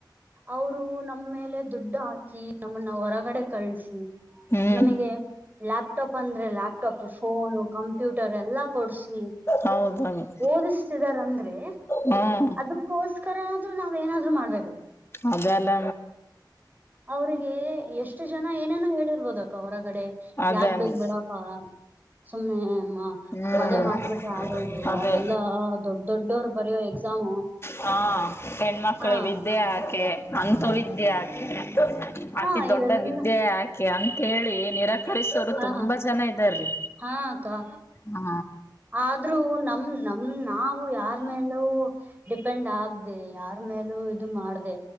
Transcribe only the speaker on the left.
ಹ್ಮ್
ಹೌದಮ್ಮಿ
ಹ್ಮ್
ಅದೆೇಲ್ಲ
ಅದೇ
ಅಮ್ಮಿ
ಹ್ಮ್
ಅದೇ
ಹಾ ಹೆಣ್ಮಕ್ಳುಿವಿದ್ದ
ವಿದ್ಯ ಹಾಕೆ ಅಂಂತ ವಿದ್ಯೆ ಹಾಕ ಅತಿ
ದೊಡ್ಡ
ವಿದ್ಯೆ ಹಾಕೆ ಕೆ ಅಂತೇಳಿ ನಿರಾಕರಿಸೋರು
ತುಂಬಾ
ಜನ ಇದ್ದಾರೀ
ಹಾ